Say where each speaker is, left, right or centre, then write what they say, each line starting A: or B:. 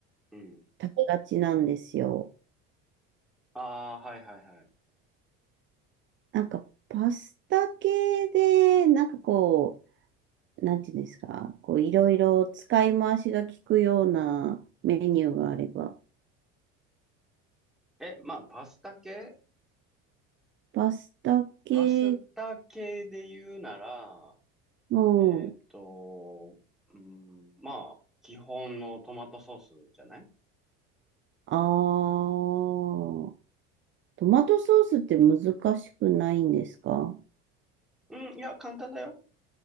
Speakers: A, in the centre; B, on the right.
A: うん。
B: 食べがちなんですよ。
A: ああ、はいはいはい。
B: なんかパスタ系で、なんかこう、なんていうんですか、こう、いろいろ使い回しが効くようなメニューがあれば。
A: え、まあ、パスタ系
B: パスタ系
A: パスタ系で言うなら、
B: も、
A: えーっと、うん、まあ、基本のトマトソースじゃない
B: あー、トマトソースって難しくないんですか
A: うん、いや、簡単だよ。